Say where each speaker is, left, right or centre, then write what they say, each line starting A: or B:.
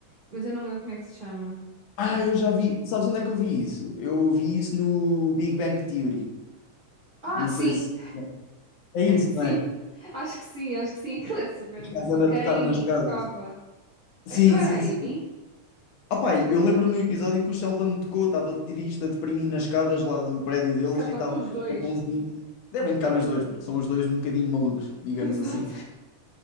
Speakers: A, on the right (about 85°); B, on the left (about 75°).
A: mas eu não me lembro como é que se chama.
B: Ah, eu já vi. Sabes onde é que eu vi isso? Eu vi isso no Big Bang Theory.
A: Ah,
B: Não
A: sim,
B: sei se. É
A: <laughs>
B: isso,
A: sim,
B: não é?
A: acho que sim, acho que sim, <laughs> aquilo é super
B: O
A: engraçado,
B: Sheldon
A: que
B: a tocar
A: a Amy
B: nas casas.
A: tocava,
B: Sim,
A: Eh, não era
B: sim,
A: a Amy?
B: sim. Ah, pá, eu lembro-me do episódio que o Sheldon tocou, estava triste, a deprimir nas escadas lá do prédio deles
A: Se calhar tocam
B: e estava
A: os
B: com
A: dois,
B: a mãozinha. Devem tocar os dois, porque são os dois um bocadinho malucos, digamos
A: <laughs> exato,
B: assim.